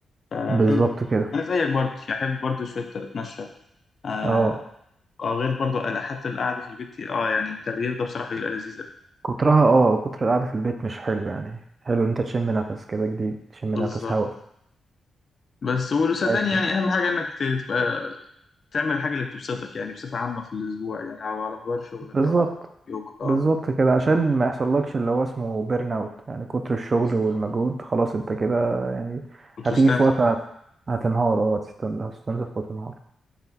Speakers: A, on the left (about 40°); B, on the right (about 30°).
A: فحلو
B: بالظبط
A: بصراحة.
B: كده
A: انا زيك برضه يعني احب برضه شوية اتمشى اه
B: اه
A: آه، غير برضه ال- حتى القعدة في البيت اه يعني التغيير ده بصراحة بيبقى لذيذ أوي.
B: كترها اه كتر القعده في البيت مش حلو يعني حلو إن انت تشم نفس كده جديد تشم
A: بالظبط
B: نفس هوا
A: بس وصدقني
B: ماشي
A: يعني اهم حاجة انك ت- تبقى تعمل الحاجة اللي بتبسطك يعني بصفة عامة في الأسبوع يعني أو على مدار شغلك
B: بالظبط
A: أو على يومك أه
B: بالظبط كده عشان ما يحصلكش اللي هو اسمه بيرن اوت يعني كتر الشغل
A: بالظبط
B: والمجهود خلاص انت كده يعني
A: كنت
B: هتيجي
A: مستنزف
B: في وقت هت-
A: اه
B: هتنهار اه هتستن- هتستنزف وتنهار